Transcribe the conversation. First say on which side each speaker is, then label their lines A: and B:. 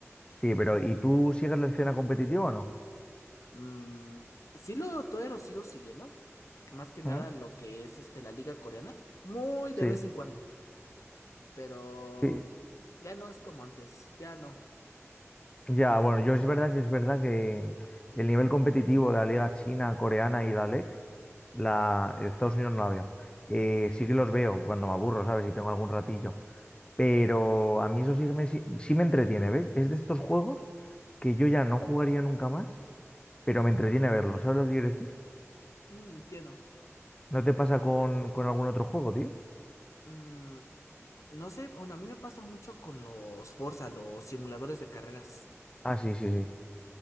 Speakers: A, on the left; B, on the left.
A: Sí, pero ¿y tú sigues la escena competitiva o no?
B: Mm, sí lo, todavía lo sigo siguiendo, más que nada
A: Ujú.
B: lo que es, este, la liga coreana, muy de
A: Sí,
B: vez en cuando, pero
A: sí.
B: ya no es como antes, ya no,
A: Ya, bueno, yo es verdad que es verdad que el nivel competitivo de la liga china, coreana y la LEC, la Estados Unidos no la veo. Eh, sí que los veo cuando me aburro, ¿sabes? Si tengo algún ratillo. Pero a mí eso sí me, sí, sí me entretiene, ¿ves? Es de estos juegos que yo ya no jugaría nunca más, pero me entretiene verlo. ¿Sabes lo que quiero decir?
B: Mm, entiendo.
A: ¿No te pasa
B: Co-
A: con, con algún otro juego, tío?
B: Mm, No sé, bueno, a mí me pasa mucho con los Forza, los simuladores de carreras.
A: Ah, sí, sí, sí.